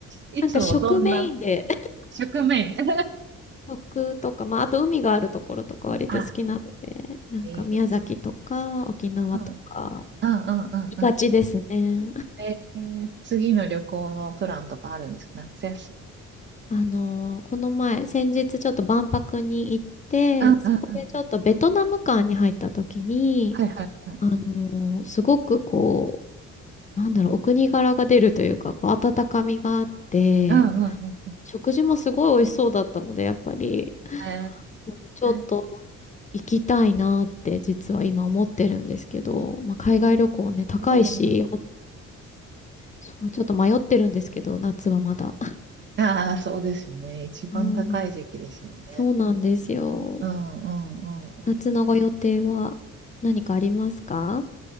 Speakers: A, on the right; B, on the left.
A: いつもどんな
B: なんか食メインで、
A: 食面 <laughs>
B: 食とか、まあ、あと海があるところとか割と好きなので、
A: あ、
B: なんか宮崎とか沖縄とか、
A: いいです。うん。うんうんうんう
B: 行きがちですね。
A: ん。えー、次の旅行のプランとかあるんですか夏休み。
B: あのーこの前、先日ちょっと万博に行って、
A: うんうんうん。
B: そこでちょっとベトナム館に入った時に、
A: はいはいはい。
B: あのーすごくこう、なんだろう、お国柄が出るというか、こう、温かみがあって、
A: うんうんうん。
B: 食事もすごい美味しそうだったので、やっぱり、
A: え
B: もうねちょっと
A: ー、
B: 行きたいなって実は今思ってるんですけど、まあ、海外旅行ね、
A: それ行ったことない。
B: 高いし、ほそう、ちょっと迷ってるんですけど、夏はまだ。
A: ああ、そうですよね。一番高い時期ですよね。
B: うん、そうなんですよ。
A: うんうんうんうん。
B: 夏のご予定は何かありますか